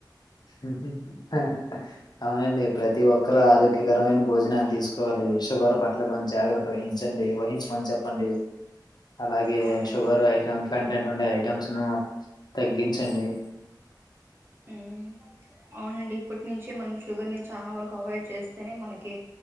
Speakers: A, on the left; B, on the right.
A: <unintelligible> అవునండి ప్రతి ఒక్కరు ఆరోగ్యకరమైన భోజనాన్ని తీస్ కోవాలి షుగర్ పట్ల కొ జాగ్రత్త వహించండి వహించ్ మన్ చెప్ పండి అలాగే
B: అవునండి
A: షుగర్ ఐటెమ్ కంటెంట్ ఉండే ఐటెమ్స్ ను తగ్గించండి
B: హ్మ్ అవునండి ఇప్పటి నుంచే మన్ షుగర్ ని చానా వరకు అవాయిడ్ చేస్తేనే మనకి